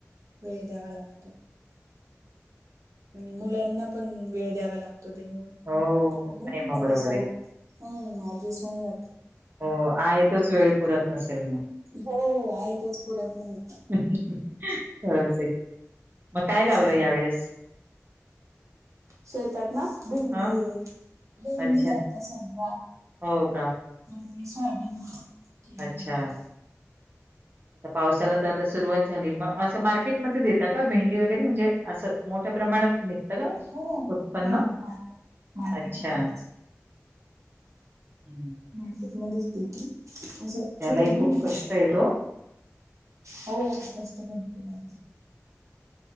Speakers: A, on the right; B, on the right.
A: वेळ द्यावा लागतो आणि मुलांना पण वेळ द्यावा लागतो, त्याच्यामुळे
B: हो,
A: जात
B: नाही मग बरोबर
A: सर्व
B: आहे.
A: हम ऍडजस्ट होऊन जाते
B: हो आहे तोच वेळ पुरत नसेल मग
A: हो आहे तोच पुरत नाही
B: खरच आहे मग काय लावलंय
A: सर्व
B: या वेळेस
A: शेतात ना भेंडी
B: हं,
A: ये भेंडी
B: अच्छा.
A: आता सध्या
B: हो का
A: हम् सोयाबीन केली
B: अच्छा
A: आता
B: आता पावसाला तर आता सुरुवात झाली मग असं मार्केटमध्ये देतात का भेंडी वगैरे म्हणजे असं मोठ्या प्रमाणात निघ निघत का
A: हो
B: उत्पन्न
A: हो मार्केट मार्केटमध्येच
B: अच्छा हम्म
A: मार्केटमध्येच देतो असं
B: त्यालाही
A: छोट म
B: खूप
A: ना का
B: कष्ट आहेत ओ.
A: हो कष्ट भरतो आता